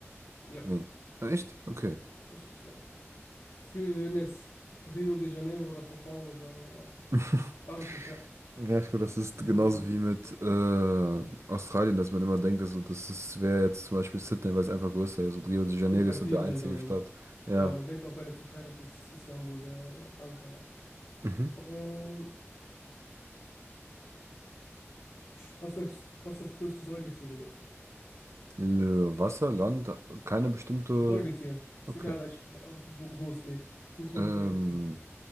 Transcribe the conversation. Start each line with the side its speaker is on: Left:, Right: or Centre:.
Left: ja,
Right: Nee. Ah, echt? Okay.
Left: richtig, ja. Viele würden jetzt Rio de Janeiro oder São Paulo sagen, aber
Right: <laughs>
Left: war richtig, ja.
Right: Ja, ich glaube, das ist
Left: Hm,
Right: genauso wie mit äh, Australien, dass man immer denkt, also das ist, wäre jetzt zum Beispiel Sydney, weil es einfach größer ist. Und Rio de
Left: Es
Right: Janeiro
Left: gibt bei
Right: ist
Left: vielen
Right: so der einzige
Left: Ländern.
Right: Stadt.
Left: Man,
Right: Ja.
Left: ja, man denkt auch bei der Türkei, dass es Istanbul wäre, aber Ankara.
Right: Mhm.
Left: Um, was ist das, was ist das größte Säugetier der Welt?
Right: Äh, Wasser, Land, keine bestimmte.
Left: Ein Säugetier. Es ist
Right: Okay.
Left: egal, welch, wo, wo es lebt. Es muss nur
Right: Ähm,
Left: ein Säugetier sein.